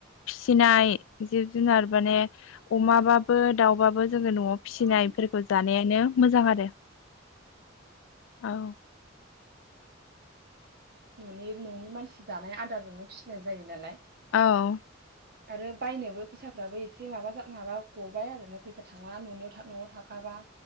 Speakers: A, on the left; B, on the right.
A: फिसिनाय जिब जुनार माने अमाबाबो दाउबाबो जोङो न'आव फिसिनायफोरखौ
B: ओं
A: जानायानो मोजां आरो औ।
B: न'नि न'नि मानसि जानाय आदारजोंनो फिसिनाय जायो नालाय
A: औ
B: आरो बायनोबो फैसाफ्राबो एसे माबा जा माबा गबाय आरोना फैसा थांला न'नियाव न'आव थाखाबा।